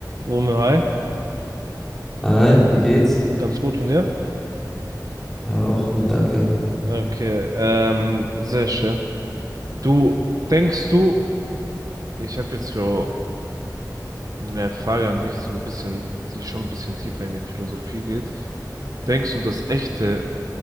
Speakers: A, on the right; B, in the centre.
A: Wurme, hi.
B: Hi, wie geht's?
A: Ganz gut und dir?
B: Ja, auch gut, danke.
A: Okay, ähm, sehr schön. Du, denkst du, ich habe jetzt für eine Frage an dich, so ein bisschen, die schon ein bisschen tiefer in die Philosophie geht. Denkst du, dass echte